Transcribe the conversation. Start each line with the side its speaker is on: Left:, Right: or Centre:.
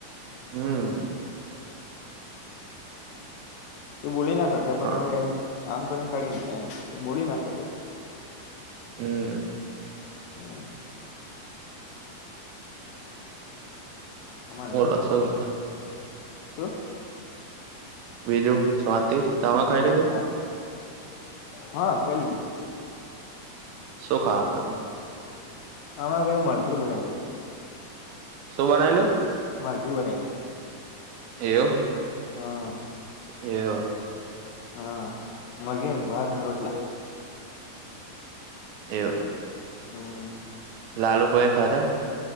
Right: હમ
Left: એ બોલી ના શકે
Right: બોલો
Left: પણ હવે આમ કરીને કાઢી એમ બોલી ના શકે.
Right: હમ
Left: હમ <unintelligible> અમાર
Right: બોલો
Left: નહી આવશે
Right: શું
Left: શું
Right: બીજું શાંતિ! તમે ખાઈ
Left: બસ
Right: લીધું
Left: સાર હા ખાઈ લીધું.
Right: શું ખાવા ખાતે?
Left: અમારા ઘરે મરધી બનાવી.
Right: શું બનાયલું?
Left: મારઘી બનાલી
Right: એવું!
Left: હા
Right: એવું.
Left: હા મરધી ભાત ને રોટલા.
Right: એવું.
Left: હમ
Right: લાલુ ભોયા ખાધાં?